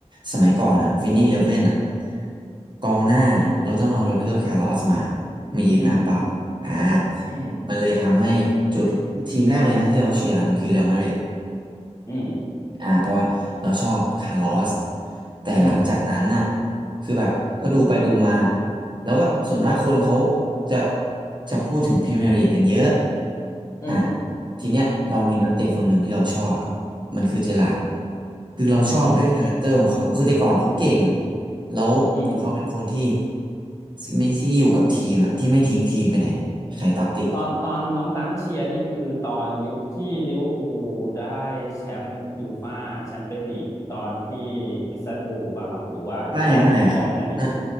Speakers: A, on the right; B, on the left.
A: สมัยก่อนอ่ะวินนิ่งเลเว่นอ่ะกองหน้าเราต้องเอาโรเบโตคาร์ลอสมามายืนหน้าเป้าอ่า
B: อืมอืม
A: มันเลยทำให้จุดทีมแรกเลยนะที่เราเชียร์มันคือเรอัลมาดริด
B: อืม
A: อ่าเพราะว่าเราชอบคาร์ลอสแต่หลังจากนั้นน่ะ
B: อืม
A: คือแบบก็ดูไปดูมาแล้วก็ส่วนมากคนเขาจะจะพูดถึงพรีเมียร์ลีกกันเยอะ
B: อืม
A: อ่ะทีเนี้ยเรามีนักเตะคนหนึ่งที่เราชอบมันคือเจอราร์ดคือเราชอบด้วยคาแรคเตอร์ของเขาคือแต่ก่อนเขาเก่ง
B: อ๋อ
A: แล้วเขาเป็นคนที่
B: อืม
A: ไม่ที่อยู่กับทีมอะที่ไม่ทิ้งทีมไปไหนใครตัดติ
B: ตอนตอนน้องดำเชียร์นี่คือตอนยุคที่ลิเวอร์พูลได้แชมป์ยูฟ่าแชมเปี้ยนลีกตอนที่อิสตันบูลป่ะครับหรือว่าก่อนก่อนนั้นอีก
A: ไม่ไม่ครับนะ